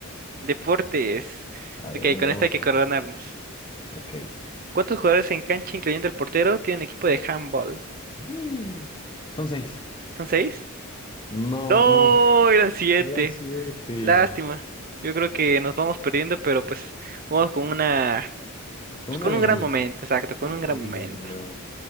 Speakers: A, on the right; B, on the left.
A: Deportes.
B: A ver,
A: Ok, con
B: veamos.
A: esta hay que
B: ¿no?
A: coronarnos.
B: Ok.
A: ¿Cuántos jugadores en cancha, incluyendo el portero, tiene un equipo de handball?
B: ¡Y! Son seis.
A: ¿Son seis?
B: No,
A: No,
B: no.
A: eran siete.
B: Eran siete.
A: Lástima. Yo creo que nos vamos perdiendo, pero pues vamos con una,
B: Con
A: pues
B: una
A: con
B: alegría.
A: un gran momento, exacto, con
B: Con
A: un
B: una
A: gran
B: alegría,
A: momento.
B: la verdad. Te